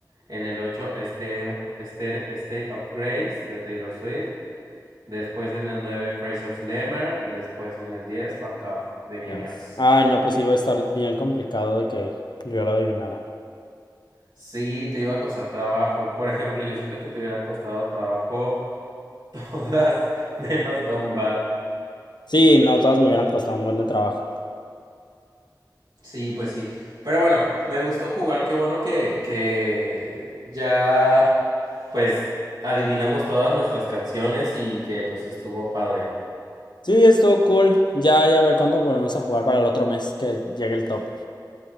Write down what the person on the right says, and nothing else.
en el 8 Stereo- Stere- State of Grace de Taylor Swift, después en el 9 Phrase of Slammer y después en el 10 Fuck Off de Kenia
Os.
Sí, te iba a costar trabajo. Por ejemplo, yo siento que te hubiera costado trabajo <laughs> todas menos Down Bad.
Sí, pues sí. Pero bueno, me gustó jugar. Qué bueno que, que ya pues adivinamos todas nuestras canciones y que pues estuvo padre.